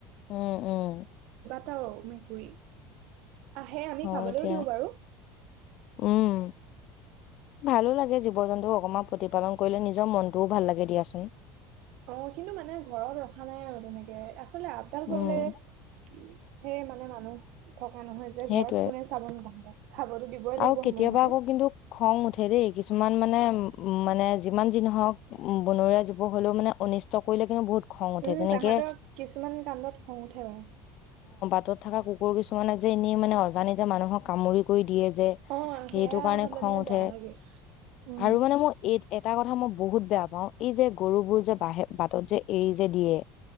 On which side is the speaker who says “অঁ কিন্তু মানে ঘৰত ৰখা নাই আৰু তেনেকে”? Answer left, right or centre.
Right